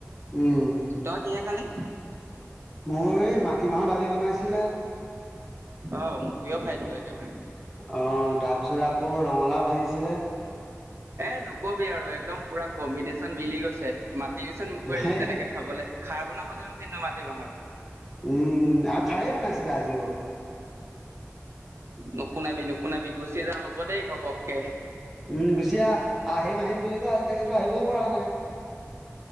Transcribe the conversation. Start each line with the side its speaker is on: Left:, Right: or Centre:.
Centre: উম
Right: তই কিহে খালি?
Centre: মই এই মাটিমাহৰ দালি বনাইছিলে।
Right: অ' প্ৰিয় খাদ্য একেবাৰে
Centre: অ' তাৰপিছত আকৌ ৰঙালাও ভাজিছিলে।
Right: এ নকবি আৰু একদম পুৰা কম্বিনেশ্যন মিলি গৈছে। মাটি পিচোন মকৰা
Centre: সেই
Right: দিম তেনেকে খাবলৈ খাৰ বনাব লাগিব কিন্তু মাটি বাহৰ
Centre: উম আৰু খাইেই বনাইছিলে আজিও আ
Right: নুশুনাবি নুশুনাবি গুচি যাম আকৌ দেই ঘপককে।
Centre: উম গুচি আহ আহিম আহিম বুলি কওঁ আজিলৈকেতো আহিবই পৰা নাই।